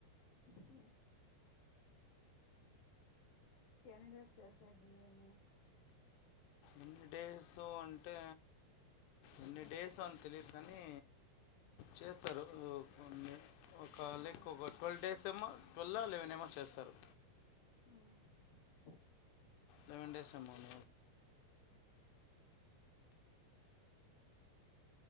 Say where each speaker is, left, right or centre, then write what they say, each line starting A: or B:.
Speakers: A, on the left (about 55°); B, on the left (about 80°).
A: మ్ ఎన్ని డేస్ చేసేది ఇయన్నీ
B: ఎన్ని డేసు అంటే ఎన్ని డేసు అని తెలీదు గానీ చేస్తారు కొన్ని ఒక లైక్
A: ఆ
B: ఒక టువల్వ్ డేస్ <inaudible> ట్వల్వ్ ఆ లెవెన్ ఏమో చేస్తారు
A: మ్
B: లెవెన్ డేస్ ఏమో <inaudible>